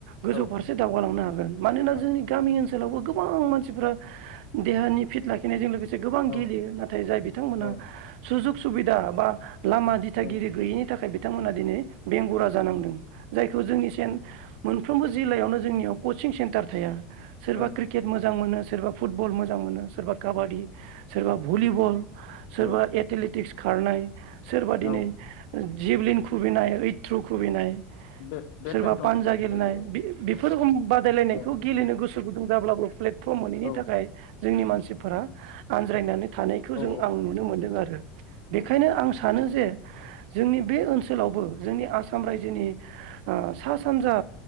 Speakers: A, on the right; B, on the left.
A: गोजौ
B: औ
A: फारसे दावगालांनो हागोन मानोना
B: औ
A: जोंनि गामि ओनसोल लावबो गोबां मानसिफोरा देहानि फिट लाखिनायजों लोगोसे गोबां
B: औ
A: गेलेयो नाथाय जाय बिथांमोनहा
B: औ
A: सुजुग सुबिदा बा लामा दिथागिरि
B: औ
A: गैयिनि थाखाय बि थांमोना दिनै बेंगुरा जानांदों जायखौ जोंनि सेन मोनफ्रोमबो जिल्लायावनो जोंनियाव कचिं सेन्टार थाया। सोरबा
B: औ
A: क्रिकेट मोजां मोनो। सोरबा फुटबल मोजां मोनो सोरबा काबादि सोरबा भलिबल। सोरबा
B: औ
A: एथलेटिक्स। खारनाय सोरबा दिनै
B: औ
A: जिबलिन खुबैनाय थ्र' खुबैनाय
B: बे बेडमिन्टन
A: सोरबा पानजा गेलेनाय
B: बायदि औ
A: बे-बेफोर रोखोम बादायलायनायखौ
B: औ
A: गेलेनो गोसो गुदुं जाब्लाबो प्ले थ मोनैनि
B: औ
A: थाखाय जोंनि मान सिफोरा आनज्रायनानै थानायखौ जों
B: औ
A: आं नु नो मोनदों आरो बेखायनो
B: औ
A: आं सा नो जे जोंनि बे ओनसोलावबो जोंनि आसाम रायजोनि अ सा सानजा